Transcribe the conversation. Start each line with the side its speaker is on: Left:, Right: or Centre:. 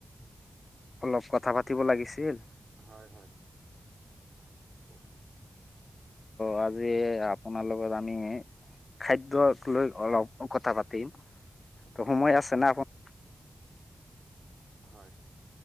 Left: অলপ কথা পাতিব লাগিছিল।
Right: হয়, হয়। কওক
Left: অ'আজি আপোনাৰ লগত আমি খাদ্যক লৈ অলপ কথা পাতিম ত'
Right: হয়
Left: সময় আছে নে আপোন
Right: হয়।